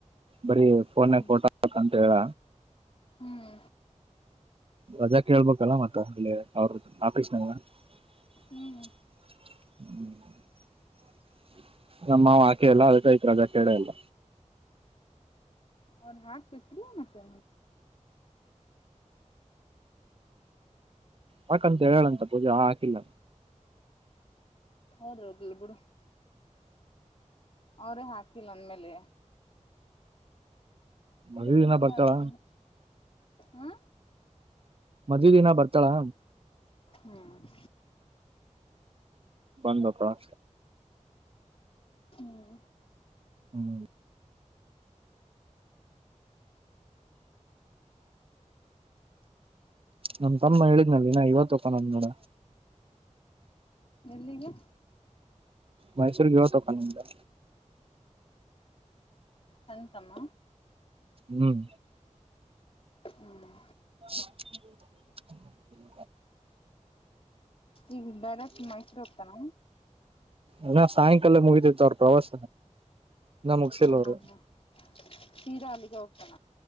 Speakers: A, on the right (about 50°); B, on the left (about 50°).
A: ಬರೀ ಫೋನ್ಗ್
B: ಹ್ಮ್
A: ಫೋಟೊ ಅಂತ ಹೇಳ
B: ಹ್ಮ್
A: ರಜೆ ಕೇಳ್ಬೇಕಲ್ಲ ಮತ್ತ ಅಲ್ಲಿ ಅವ್ರ ಆಫೀಸ್ನಾಗ <inaudible>
B: ಹ್ಮ್
A: ನಮ್ಮ ಆಕೆ ಆಕೇಯಿಲ್ಲ ರಜೆ ಕೇಳೇ ಇಲ್ಲ
B: ಅವ್ ಹಾಕ್ಬೇಬೇಕು ಮತ್ತೆ
A: ಹಾಕಂತ ಹೇಳ್ಯಳಂತ ಪೂಜಾ ಹಾಕಿಲ್ಲ
B: ಹೋದೋಗ್ಲಿ ಬಿಡು ಅವ್ರೇ ಹಾಕಿಲ್ಲ ಅಂದ್ಮೇಲೆ
A: ಮದ್ವಿ
B: ಬರೋದೆ
A: ದಿನ ಬರ್ತಾಳ
B: ಬೇಡನೀ ಹಾ
A: ಮದುವೆ ದಿನ ಬರ್ತಾಳಾ
B: ಹ್ಮ್
A: ಬಂದಬೇಕ
B: ಹ್ಮ್
A: ಹ್ಮ್ ನನ್ ತಮ್ಮ ಹೇಳಿದ್ನಲ್ಲಿ ನಾ ಇವತ್ತು ಓಪನ್ ಆಯ್ತು ನೋಡ
B: ಎಲ್ಲಿಗೆ
A: ಮೈಸೂರಿಗೆ ಇವತ್ತು ಓಪನ್ ಇತ್ತು
B: ಸಣ್ಣ ತಮ್ಮ
A: ಹ್ಮ್
B: ಹ್ಮ್
A: <inaudible>
B: ಈಗ ಡೈರೆಕ್ಟ್ ಮೈಸೂರು ಹೋಗ್ತಾನ
A: ಇಲ್ಲ ಸಾಯಂಕಾಲ ಮುಗಿತಿತ್ತು ಅವ್ರ ಪ್ರವಾಸ ಇನ್ನ ಮುಗಸಿಲ್ಲ
B: ಹಾ
A: ಅವರು
B: ಹಾ ಹಾ ಸೀದಾ ಅಲ್ಲಿಗೆ ಹೋಗ್ತಣ